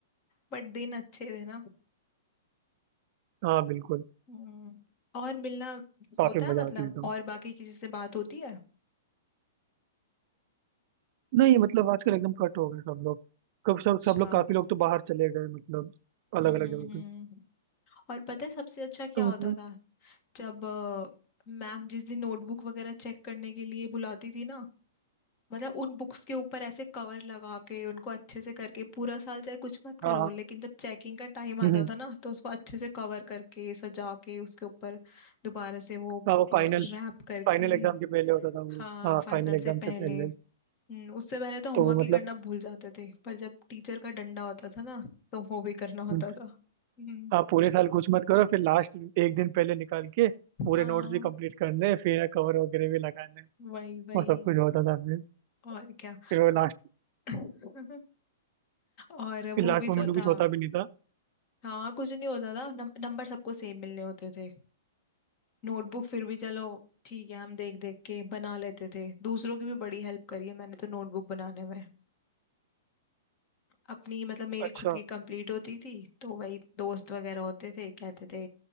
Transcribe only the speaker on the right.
हाँ बिल्कुल
काफी
मजा
आती थी तो
नहीं मतलब आजकल एकदम कट हो गए सब लोग कब सब
सब लोग काफी लोग तो बाहर चले गए मतलब अलग
अलग
जगह
पे
तो
मतलब
हाँ हाँ
हम्म,
हाँ वो फाइनल
फाइनल एग्जाम के पहले होता था वो
हाँ
फाइनल एग्जाम
से पहले
तो वो
मतलब
हम्म,
आप पूरे साल कुछ मत करो फिर लास्ट एक दिन पहले निकाल के पूरे
नोट्स भी कंप्लीट करने हैं, फिर कवर वगैरह भी लगाने हैं।
वो सब कुछ होता था फिर
फिर वो लास्ट
फिर
लास्ट
मोमेंट
में कुछ
होता भी नहीं था
अच्छा